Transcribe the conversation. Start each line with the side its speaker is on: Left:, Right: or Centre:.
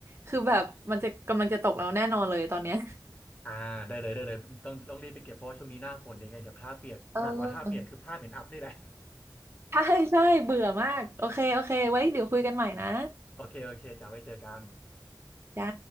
Right: คือแบบมันจะกำลังจะตกแล้วแน่นอนเลยตอนเนี้ย
Left: อ่าได้เลยได้เลยต้องต้องรีบไปเก็บเพราะว่าช่วงนี้หน้าฝนยดงไงเดี๋ยวผ้าเปียกหนักกว่าผ้าเปียกคือผ้าเหม็นอับนี่แหละ
Right: เออ ใช่ใช่เบื่อมาก โอเคโอเคไว้เดี๋ยวคุยกันใหม่นะ
Left: <laughs> โอเคโอเคจะาไว้เจอกัน
Right: จ้า